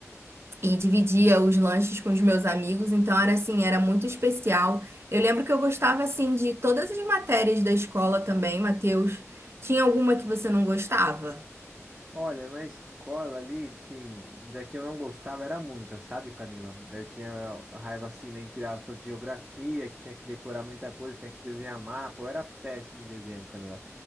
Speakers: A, on the right; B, on the right.
A: e dividia os lanches com os meus amigos, então era assim, era muito especial. Eu lembro que eu gostava assim de todas as matérias da escola também, Matheus. Tinha alguma que você não gostava?
B: Olha, na escola ali, sim, daqui eu não gostava era muita, sabe, Camila? Eu tinha raiva, assim, né, entre aspas, de geografia, que tinha que decorar muita coisa, tinha que desenhar mapa, eu era péssimo em desenho, Camila.